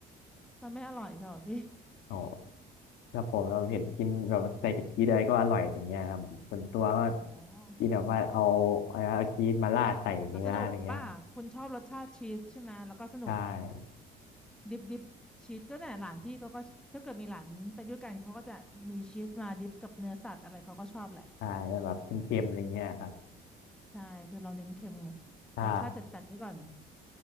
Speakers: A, in the centre; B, on the left (about 85°).
A: มันไม่อร่อยสำหรับพี่
B: โอ้ถ้าผมเราเห็นกินแบบใส่กับชีสอะไรก็อร่อยอย่างเงี้ยครับส่วนตัวก็
A: อ๋อ
B: กินแบบว่าเอาเอาชีสมาราดใส่เนื้ออะไรเงี้ย
A: อ่ะสนุกป่ะคุณชอบรสชาติชีสใช่ไหมแล้วก็สนุก
B: ใช่
A: ดิบดิบชีสก็เนี่ยหลานพี่เขาก็ถ้าเกิดมีหลานไปด้วยกันเขาก็จะมีชีสมาดิบกับเนื้อสัตว์อะไรเขาก็ชอบแหละ
B: ใช่แบบเค็มๆอะไรเงี้ยครับ
A: เออใช่คือเราเน้นเค็มไง
B: ใช่
A: รสชาติจัดจัดไว้ก่อน